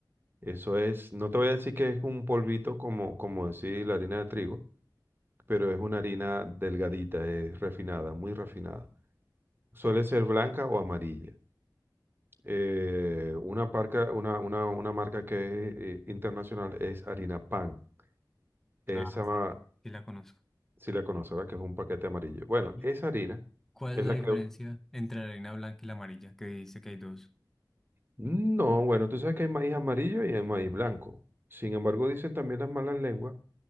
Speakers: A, on the right; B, in the centre.
A: Eso es, no te voy a decir que es un polvito como, como decir la harina de trigo, pero es una harina delgadita, es refinada, muy refinada. Suele ser blanca o amarilla. Eh, una, parca- una, una- una marca que es eh, internacional es harina pan. Esa,
B: Ah, sí, sí la conozco.
A: si la conoces, ¿verdad? Que es un paquete amarillo. Bueno,
B: ¿Y
A: esa harina
B: ¿Cuál
A: es
B: es
A: la
B: la diferencia
A: que...
B: entre la harina blanca y la amarilla? Que dice que hay dos.
A: No, bueno, tú sabes que hay maíz amarillo y hay maíz blanco. Sin embargo, dicen también las malas lenguas